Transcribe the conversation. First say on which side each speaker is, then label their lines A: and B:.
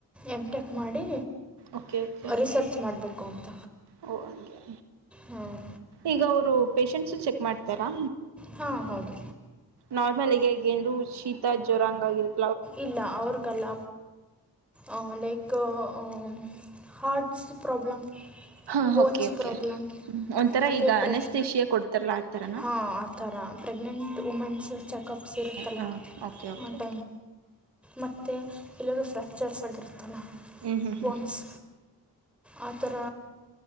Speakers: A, in the centre; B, on the right.
A: ಎಮ್ ಟೆಕ್ ಮಾಡಿ
B: ಓಕೆ ಓಕೆ
A: ರಿಸರ್ಚ್ ಮಾಡಬೇಕು ಅಂತ
B: ಓ ಹಂಗೆ
A: ಹಾಂ
B: ಈಗ ಅವ್ರು ಪೇಶಂಟ್ಸ್ ಚೆಕ್ ಮಾಡ್ತರಾ
A: ಹಾ ಹೌದು
B: ನಾರ್ಮಲ್ ಈಗ ಈಗ್ ಗೇಂದ್ರು ಶೀತ ಜ್ವರ ಹಂಗ್ ಆಗಿರುತ್
A: ಇಲ್ಲ ಅವ್ರಗಲ್ಲ ಆ ಲೈಕ್ ಕು ಊ ಹಾಟ್ಸ್ ಪ್ರಾಬ್ಲಮ್
B: ಹಾ
A: ಬೋನ್ಸ್
B: ಓಕೆ ಓಕೆ
A: ಪ್ರಾಬ್ಲಮ್
B: ಹ್ಮ್ ಒಂಥರ
A: ಮತ್ತು
B: ಈಗ
A: ಪ್ರೆಗ್
B: ಅನಸ್ತೇಶಿಯ ಕೊಡ್ತಾರಲ ಆಥರನಾ
A: ಹಾಂ ಆ ಥರ ಪ್ರೆಗ್ನೆಂಟ್ ವುಮೆನ್ಸು ಚೆಕಪ್ಸ್ ಇರುತ್ತಲ್ಲ
B: ಹಾಂ ಓಕೆ ಓಕೆ
A: ಮತ್
B: ಓಕೆ
A: ಮತ್ತೆ ಎಲ್ಲರೂ ಫ್ರಾಕ್ಚರ್ಸ್ ಆಗಿರುತ್ ತ್ತಲ
B: ಹ್ಞೂ ಹ್ಞೂ
A: ಬೋನ್ಸ್
B: ಹ್ಞೂ
A: ಆ ಥರ